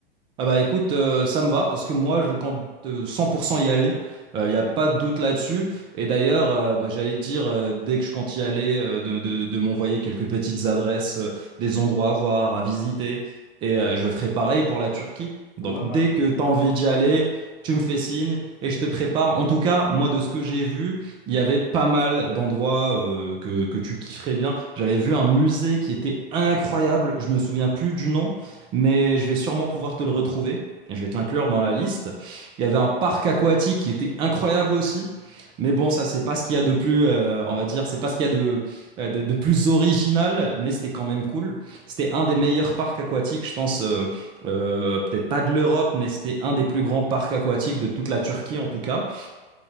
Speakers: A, on the right; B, on the left.
A: Ah bah écoute, euh, ça me va parce que moi je compte euh, 100% y aller. Il n'y a pas de doute là-dessus. Et d'ailleurs, euh, bah, j'allais te dire, euh, dès que je compte y aller, euh, de, de- de m'envoyer quelques petites adresses, euh, des endroits à voir, à visiter. Et euh, je ferai pareil pour la Turquie. Donc
B: Ouais,
A: dès
B: bah, tu-
A: que tu as envie d'y aller, tu me fais signe et je te prépare. En tout cas, moi de ce que j'ai vu, il y avait pas mal d'endroits euh, que, que tu kifferais bien. J'avais vu un musée qui était incroyable. Je me souviens plus du nom mais je vais sûrement pouvoir te le retrouver. Je vais te l'inclure dans la liste. Il y avait un parc aquatique qui était incroyable aussi. Mais bon, ça, c'est pas ce qu'il y a de plus, euh, on va dire, c'est pas ce qu'il y a de, euh, de, de, plus original, mais c'était quand même cool. C'était un des meilleurs parcs aquatiques, je pense, euh, euh, peut-être pas de l'Europe, mais c'était un des plus grands parcs aquatiques de toute la Turquie, en tout cas.